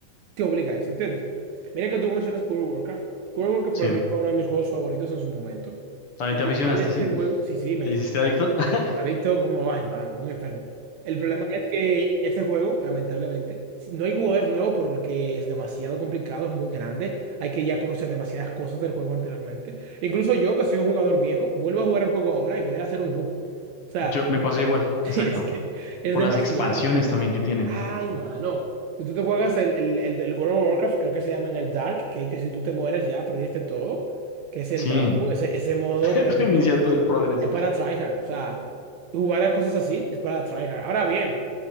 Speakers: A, on the right; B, on the left.
A: te obliga a eso, ¿entiendes? Mira que tú mencionas World of Warcraft. World of Warcraft
B: sí.
A: para mí fue uno de mis juegos favoritos en su momento.
B: También
A: El
B: te
A: problema
B: aficionaste,
A: de este
B: ¿sí?
A: juego, sí, sí, me,
B: ¿Te hiciste
A: me,
B: adicto?
A: me-
B: <laughs>
A: Adicto como, ay, mano, un enfermo. El problema es que este juego, lamentablemente, si no hay jugadores nuevos porque es demasiado complicado, es muy grande. Hay que ya conocer demasiadas cosas del juego anteriormente. Incluso yo, que soy un jugador viejo, vuelvo a jugar el juego ahora y voy a hacer un noob. O sea,
B: Yo me pasó igual,
A: <laughs>
B: exacto.
A: es que es
B: Por
A: demasiado.
B: las expansiones también que tienen.
A: Ay, mano. Si tú te juegas el, el, el, el World of Warcraft, creo que se llama en el Dark, que, que si tú te mueres ya perdiste todo, que es el
B: Sí,
A: Dark, Mode, ese, ese modo,
B: <laughs>
A: por ejemplo.
B: reinicia todo el progreso.
A: Es para tryhard. O sea, jugar a cosas así es para tryhard. Ahora bien,